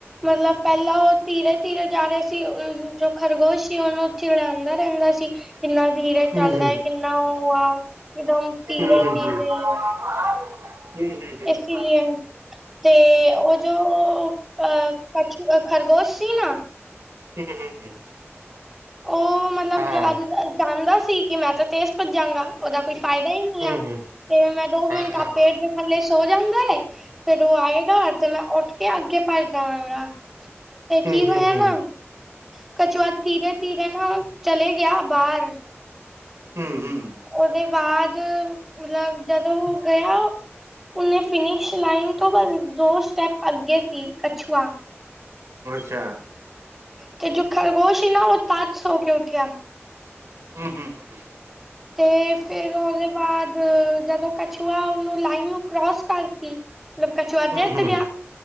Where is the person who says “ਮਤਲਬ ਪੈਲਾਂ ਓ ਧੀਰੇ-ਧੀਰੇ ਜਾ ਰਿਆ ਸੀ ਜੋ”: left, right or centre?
Centre